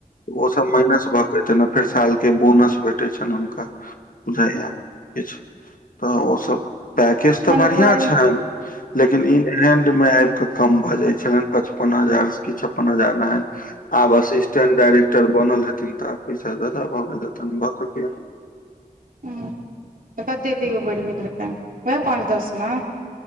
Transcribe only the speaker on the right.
मने
फर्म
ह तऽ कते तैयो बढ़ि गेले हेतै वएह पाँच दस नऽ